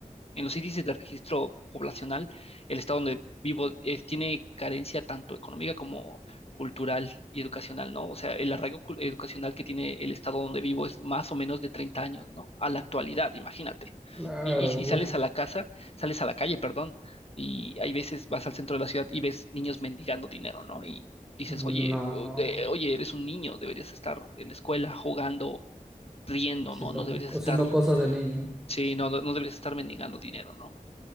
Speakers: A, on the left (about 45°); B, in the centre.
A: en los índices de registro poblacional, el estado donde vivo eh, tiene carencia tanto económica como cultural y educacional, ¿no? O sea, el arraigo cul- educacional que tiene el estado donde vivo es más o menos de 30 años, ¿no? A la actualidad, imagínate.
B: claro,
A: Y, y- y sales
B: uff,
A: a la casa, sales a la calle, perdón, y hay veces vas al centro de la ciudad y ves niños mendigando dinero, ¿no? Y dices,
B: no,
A: oye, eh, de- oye, eres un niño, deberías estar en la escuela jugando, riendo,
B: haciendo,
A: ¿no? No deberías estar,
B: haciendo cosas de niño.
A: sí, no, no no deberías estar mendigando dinero, ¿no?